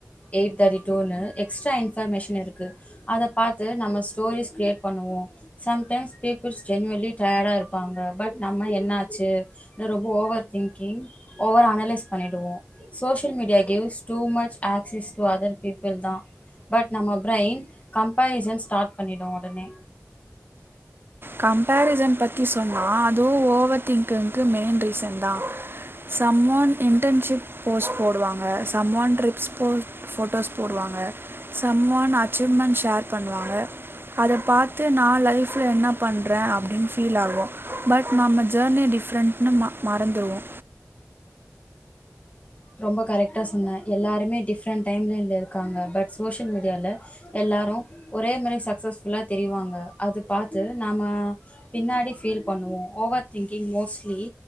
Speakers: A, on the left (about 25°); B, on the right (about 40°).
A: eight thirty two ன்னு எக்ஸ்ட்ரா இன்வெர்மேஷன் இருக்கு அதப் பாத்து நம்ம ஸ்டோரிஸ் க்ரீயேட் பண்ணுவோ சம் டைம்ஸ் பீபுள்ஸ் ஜென்வன்லி டயர்டாக இருப்பாங்க பட் நம்ம என்னாச்சு ரொம்ப ஓவர் திங்கிங் ஓவர் அனலைஸ் பண்ணிடுவோ social media gives too much access to other people தா பட் நம்ம பிரெயின் கம்பரிசன் ஸ்டார்ட் பண்ணிடு உடனே
B: கம்பாரிசன் பற்றி சொன்னா அதுவு ஓவர் திங்கிங்க்கு மெயின் ரீசன் தா சம்மோன் இன்டர்ன்ஷிப் போஸ்ட் போடுவாங்க சம்ம ஒன் ட்ரிப்ஸ் போ போட்டோஸ் போடுவாங்க சம் ஒன் அச்சீவ்மெண்ட் ஷேர் பண்ணுவாங்க அதை பாத்து நால என்ன பண்றே அப்டின்னு ஃபீல் ஆம் பட் நம் ஜேர்னி டிஃப்ரெண்ட்ன்னு மா மறந்துடுவோ
A: ரொம்ப கரெக்டா சொன்ன எல்லாருமே டிஃப்ரெண்ட் டைம்லைன்ல இருக்காங்க பட் சோசியல் மீடியால எல்லாரும் ஒரே மாரி சக்சஸ்ஃபுல்லா தெரிவாங்க அது பாத்து நாம பின்னாடி ஃபீல் பண்ணுவோம் over thinking mostly